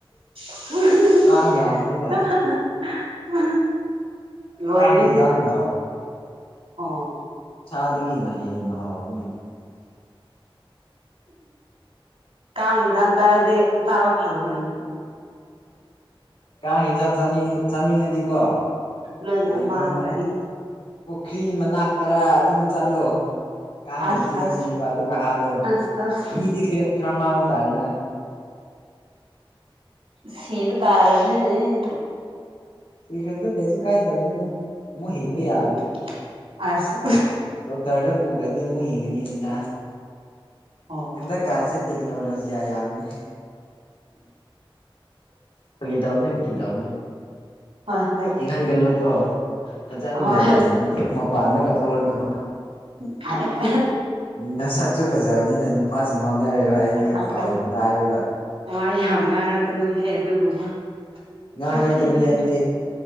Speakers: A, on the right; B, on the left.
A: ꯎ <unintelligible>
B: ꯀꯥꯡ ꯌꯥꯝꯕꯅꯤꯅ
A: ꯂꯣꯏꯔꯦꯍꯦ
B: ꯀꯥꯡ ꯌꯦꯟꯖꯥꯡꯅ
A: ꯅꯪꯁꯨ ꯑꯣ
B: ꯆꯥꯗꯒꯤꯅ ꯍꯦꯟꯅ ꯍꯥꯎꯕꯅꯦ
A: ꯀꯥꯡ ꯏꯟꯖꯥꯡ ꯆꯥꯔꯗꯤ ꯆꯥꯕ ꯐꯪꯉꯔꯣꯏ
B: ꯎꯝ ꯀꯥꯡ ꯍꯦꯟꯖꯥꯡ ꯆꯥꯅꯤꯡ ꯆꯥꯅꯤꯡꯉꯗꯤꯀꯣ
A: ꯂꯣꯏꯅ
B: ꯀꯩꯅꯣ
A: ꯃꯥꯡꯈ꯭ꯔꯅꯤ
B: ꯄꯨꯈ꯭ꯔꯤ ꯃꯅꯥꯛꯇꯔꯥ ꯑꯗꯨꯝ ꯆꯠꯂꯣ ꯀꯥꯡ
A: ꯑꯁ
B: ꯌꯥꯝ ꯆꯦꯛꯂꯛꯀꯅꯦꯕ
A: ꯑꯁ
B: ꯑꯗꯨꯒ ꯍꯥꯜꯂꯣ
A: ꯑꯁ ꯑꯁ
B: ꯏꯗꯤ ꯈꯔ ꯈꯔ ꯃꯥꯡꯕ ꯇꯥꯅꯤꯅ
A: ꯁꯤꯕ ꯇꯥꯔꯕꯅꯤꯅꯦ
B: ꯁꯤꯈ꯭ꯔꯁꯨ ꯀꯩꯁꯨ ꯀꯥꯏꯗꯕꯅꯤꯗ ꯑꯃꯨꯛ ꯍꯤꯡꯕ
A: ꯎꯝ
B: ꯌꯥꯕꯗꯨꯕꯨ
A: ꯑꯁ
B: ꯗꯣꯛꯇꯔꯗ ꯄꯨꯈ꯭ꯔꯗꯤ ꯑꯃꯨꯛ ꯍꯤꯡꯉꯅꯤꯗꯅ
A: ꯑꯣ
B: ꯍꯟꯗꯛ ꯀꯥꯟꯁꯦ ꯇꯦꯛꯅꯣꯂꯣꯖꯤ ꯌꯥ ꯌꯥꯝꯅꯤ ꯐꯒꯤ ꯇꯧꯕꯅꯤ ꯐꯒꯤ ꯇꯧꯕꯅꯤ
A: ꯍꯣꯏ ꯍꯣꯏ
B: ꯏꯪꯍꯟꯒꯅꯨ ꯀꯣ ꯐꯖꯅ
A: ꯍꯣꯏ
B: ꯂꯩꯔꯝꯃꯣ ꯅꯪ ꯃꯄꯥꯟꯗ ꯀ ꯊꯣꯂꯛꯀꯅꯨ
A: ꯔꯦ <unintelligible>
B: ꯅꯁꯛꯁꯨ ꯐꯖꯕꯅꯤꯅ ꯅꯨꯄꯥꯁꯤꯡ ꯉꯥꯎꯅꯔꯦꯕ ꯑꯩꯒꯤ
A: ꯑꯁ
B: ꯄꯥꯎ
A: ꯑꯁ
B: ꯌꯥꯝ ꯇꯥꯔꯦꯕ
A: ꯋꯥ ꯌꯥꯝ ꯉꯥꯏꯔꯛꯀꯅꯨꯍꯦ ꯑꯗꯨꯒꯨꯝꯕ
B: ꯉꯥꯡꯉꯛꯀꯅꯤ
A: ꯁꯛ ꯊꯤꯕꯗꯨ
B: ꯑꯩꯗꯤ